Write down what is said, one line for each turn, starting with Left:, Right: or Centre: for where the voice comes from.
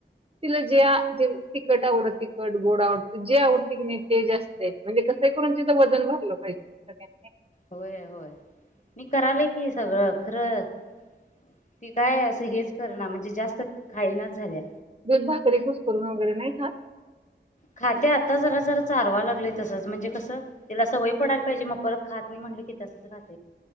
Right: तिला ज्या तिखट आवडत तिखट गोड आवडते जे आवडते की नाही ते जास्त द्यायचं होतं म्हणजे कसं करून तिचं वजन भरलं पाहिजे सगळ्यांनी
Left: होय होय मी करालय की सगळं खरं ती काय असं हेच करणार म्हणजे जास्त खाईनाच झाल्या
Right: दूध भाकरी कुस्करून वगैरे नाही खात
Left: खाते आता जरा जर चारवा लागलय तसच म्हणजे कसं तिला सवय पडायला पाहिजे मग परत खात नाही म्हणलं की तसच राहत